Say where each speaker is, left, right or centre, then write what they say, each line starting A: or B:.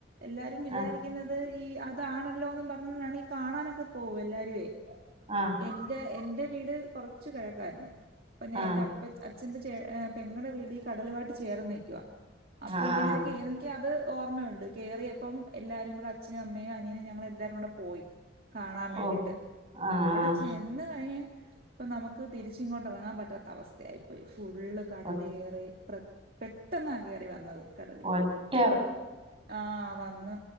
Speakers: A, on the right; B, on the right.
A: എല്ലാരും വിചാരിക്കുന്നത്
B: ആഹ്
A: ഈ അതാണല്ലോ ന്നും പറഞ്ഞാണ് ഈ കാണാനൊക്കെ പോകൂ എല്ലാ രുവേ
B: ആ
A: ഇന്റെ എന്റെ വീട് കൊറച്ച് കെഴക്കായിരുന്നു അപ്പൊ ഞാൻ
B: ആഹ്
A: എന്റെ അപ്പൊ അച്ഛന്റെ ചേ എ പെങ്ങടെ വീട് ഈ കടലുവായിട്ട് ചേർന്ന് നിക്കുവ അപ്പൊ
B: ആഹ് ആഹ്
A: ഇങ്ങനൊരു കേറൽ ക്ക് അത് ഓർമ്മയുണ്ട് കേയറിയപ്പം എല്ലാരും കൂടെ അച്ഛനും അമ്മയും അനിയനും ഞങ്ങളെല്ലാരും കൂടെ പോയി കാണാൻ വേണ്ടിട്ട്
B: ഓ ആഹ്
A: അവിടെ ചെന്ന് കഴിഞ്ഞ് ഇപ്പൊ നമുക്ക് തിരിച്ച് ഇങ്ങോട്ട് ഇറങ്ങാൻ പറ്റാത്ത അവസ്ഥയായി. ഫുള്ള് കടല്
B: ആഹ്
A: ഏറി പ്രെ പെട്ടെന്ന കേറി വന്നത് കടല്
B: ഒറ്റ
A: ആഹ് വന്ന്.